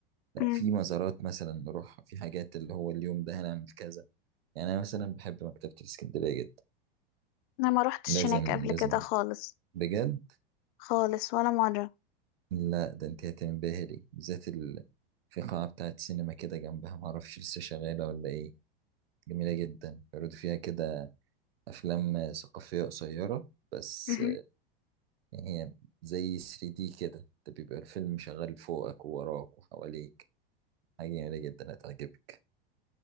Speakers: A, on the right; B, on the left.
A: لا
B: مم.
A: في مزارات مثلا نروحها في حاجات اللي هو اليوم ده هنعمل كذا يعني انا مثلا بحب مكتبة الاسكندرية جدا
B: أنا ما روحتش
A: لازم
B: هناك قبل
A: لازم
B: كده خالص
A: بجد
B: خالص ولا مرة
A: لا ده انت هتنبهري بالذات ال... في قاعة بتاعت سينما كده جنبها معرفش لسه شغالة ولا ايه جميلة جدا بيعرضوا فيها كده أفلام ثقافية قصيرة بس
B: مهم.
A: يعني هي زي 3D كده ده بيبقى الفيلم شغال فوقك ووراك وحواليك حاجة جميلة جدا هتعجبك